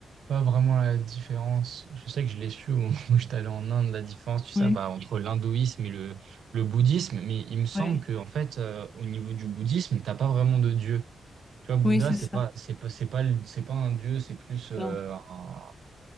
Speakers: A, on the right; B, on the left.
A: pas vraiment la différence. Je sais que je l'ai su au moment <laughs> où j'étais allé en Inde, la différence, tu sais,
B: Oui,
A: bah, entre l'hindouisme et le, le bouddhisme. Mais il me semble
B: oui,
A: que, en fait, euh, au niveau du bouddhisme, t'as pas vraiment de dieu. Tu vois, Bouddha,
B: oui, c'est
A: c'est
B: ça.
A: pas, c'est pas, c'est pas, le- c'est pas un dieu, c'est plus euh,
B: Non.
A: un,